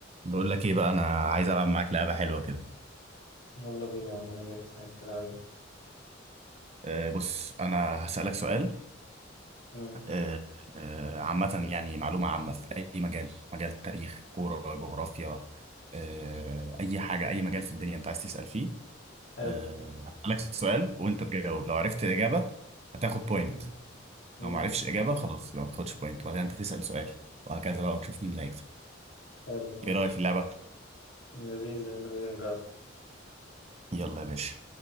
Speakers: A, on the right (about 35°); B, on the left (about 75°).
A: بقول لك ايه بقى انا عايز العب معاك لعبه حلوه كده
B: يلا بينا يا عم انا جاهز عايز تلعب ايه
A: أه بص انا هسالك سؤال
B: مم.
A: أه أه عامه يعني معلومه عامه في اي مجال مجال التاريخ كوره جغرافيا أه اي حاجه اي مجال في الدنيا انت عايز تسال فيه
B: حلو
A: أه هسالك سؤال وانت تجاوب لو عرفت الاجابه هتاخد بوينت
B: مم. مم.
A: لو ما عرفتش اجابه خلاص يبقى ما تاخدش بوينت وبعدين انت تسال سؤال وهكذا بقى ونشوف مين اللي هيكسب
B: حلو ماشي
A: ايه رايك في اللعبه
B: لذيذ يلا بينا نجرب
A: يلا يا باشا